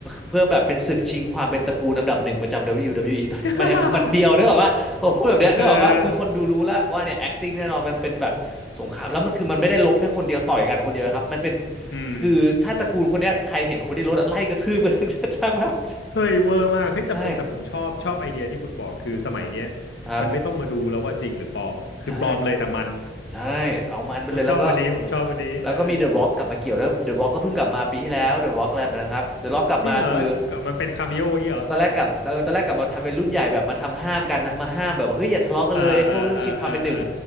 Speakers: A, in the centre; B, on the left.
A: เพื่อแบบเป็นศึกชิงความเป็นตระกูลอันดับหนึ่งประจำ WWE ตอนเนี้ยมันมันเบียวนึกออกว่าผมพูดแบบเนี้ยนึกออกว่าคือคนดูรู้แล้วว่าเนี่ย
B: <laughs> เออ
A: acting แน่นอนมันเป็นแบบสงครามแล้วมันคือมันไม่ได้ลบแค่คนเดียวต่อยกันคนเดียวนะครับมันเป็น
B: อืม
A: คือถ้าตระกูลคนเนี้ยใครเห็นคนที่รถอะไล่กระทืบกัน <laughs> ทั้ง <laughs> แบบ
B: เฮ้ยเวอร์มากเฮ้ยแต่ผมแต่ผมชอบชอบไอเดียที่คุณบอกคือสมัยเนี้ย
A: ใช่ครับ
B: มันไม่ต้องมาดูแล้วว่าจริงหรือปลอมคือปลอมเลยแต่มัน
A: ใช่ใช่เอามันไปเลยแล้วก็
B: <laughs> ผมชอบวันนี้ผมชอบวันนี้เออ
A: แล้วก็มีเดอะร็อกกลับมาเกี่ยวด้วยเดอะร็อกก็เพิ่งกลับมาปีที่แล้วเดอะร็อกอะไรแบบนั้นครับเดอะร็อกกลับมาคือ
B: จริงเหรอแล้วก็มันเป็นคาเมโออย่างงี้เหรอ
A: ตอนแรกกลับเออตอนแรกกลับมาทำเป็นรุ่นใหญ่แบบมาทำห้ามกันนะมาห้ามแบบว่าเฮ้ยอย่าทะเลาะกันเลยพวกเรื่องชิงความเป็นหนึ่ง
B: เออเออเออเออ